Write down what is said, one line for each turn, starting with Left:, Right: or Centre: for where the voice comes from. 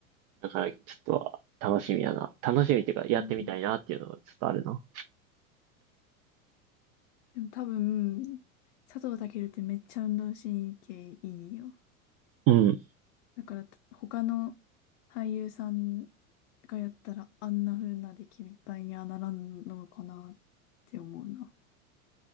Right: だから、ちょっと楽しみやな。楽しみっていうか、やってみたいなっていうのがちょっとあるな。
Left: うんでも多分、佐藤健ってめっちゃ運動神経いいよ。
Right: うん。
Left: だから、他の俳優さんがやったら、あんな風な出来栄えにはならんのかなって思うな。